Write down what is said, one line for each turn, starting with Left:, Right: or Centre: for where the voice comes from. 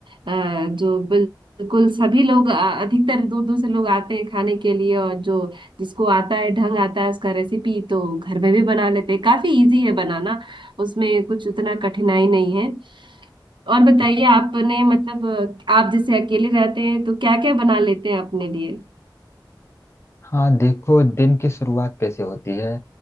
Right: अ, जो बिल्कुल सभी लोग अ, अधिकतर दूर दूर से लोग आते हैं खाने के लिए और जो जिसको आता है ढंग आता है उसका रेसिपी तो घर में भी बना लेते हैं काफी इजी है बनाना उसमें कुछ उतना कठिनाई नहीं है और बताइए
Left: जी
Right: आपने मतलब अ, आप जैसे अकेले रहते हैं तो क्या क्या बना लेते हैं अपने लिए
Left: हाँ देखो दिन की शुरुआत कैसे होती है